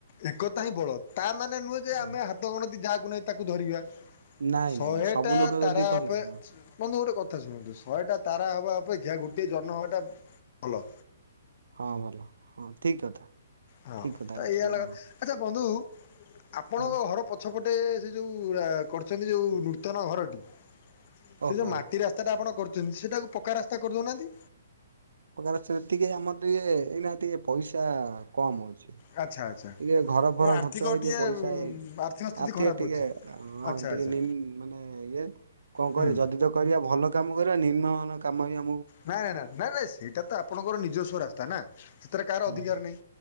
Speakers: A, on the left (about 45°); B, on the right (about 90°).
A: ଏକତା ହିଁ ବଳ, ତା ମାନେ ନୁହେଁ ଯେ
B: ହଁ।
A: ଆମେ ହାତ ଗଣତି ଯାହା ତା ନେଇ ତାକୁ ଧରିବା
B: ନାଇଁ
A: ଶହେ
B: ନାଇଁ ନାଇଁ ସବୁ
A: ଟା
B: ଲୋକ ଯଦି
A: ତାରା
B: କହିବେ
A: ପେ
B: ହଁ
A: ସୁ ବନ୍ଧୁ ଗୋଟେ କଥା ଶୁଣନ୍ତୁ ଶହେ ଟା ତାରା ହବା ଅପେକ୍ଷା ଗୋଟିଏ ଜନ ହବା ଟା ଭଲ।
B: ହଁ ଭଲ ହଁ ଠିକ କଥା।
A: ହଁ।
B: ଠିକ କଥା
A: ତ
B: କହୁଛନ୍ତି
A: ଏଇ ହେଲା
B: ହଁ
A: ଆଚ୍ଛା ବନ୍ଧୁ ଆପଣଙ୍କ
B: ହଁ
A: ଘର ପଛପଟୁ ଗୋଟେ ଏ ସେଇ ଯୋଉ ଆ କରିଛନ୍ତି ଯୋଉ ନୂତନ ଘରଟି ସେ
B: ଓହୋ
A: ଯୋଉ ମାଟି ରାସ୍ତା ଟା ଆପଣ କରୁ ତିନ୍ ସେଟାକୁ ପକ୍କା ରାସ୍ତା କରିଦଉନାହାନ୍ତି?
B: ଉପକାରତିକି ଆମର ଟିକେଏଇନା ଟିକେ ପଇସା କମ୍ ହଉଛି। ଟିକେ
A: ଆଚ୍ଛା ଆଚ୍ଛା
B: ଘର ଫର
A: ହଁ ଆର୍ଥିକ
B: ଖର୍ଚ୍ଚ ହେଇଥେ
A: ଟିକେ
B: ପଇସା ହେଆଇ
A: ଆର୍ଥିକ ସ୍ଥିତି
B: ଆତିଏ
A: ଖରାପ
B: ଟିକେ
A: ଅଛି
B: ଆ ହଁ
A: ଆଚ୍ଛା
B: ଟିକେ
A: ଆଚ୍ଛା
B: ନି ମାନେ ଇଏ କଣ
A: ହୁଁ
B: କର ଯଦି ତ କରିବା ଭଲ କାମ କରିବା ନିମ୍ନ ନୂଆ କାମ ଆଜ୍ଞା
A: ନାଇଁ ନାଇଁ ନା ନାଇଁ ନାଇ ସେଇଟା ତ ଆପଣଙ୍କର ନିଜସ୍ୱ ରାସ୍ତା ନା। ସେଥିରେ କାହାର
B: ହଁ
A: ଅଧିକାର ନାହିଁ।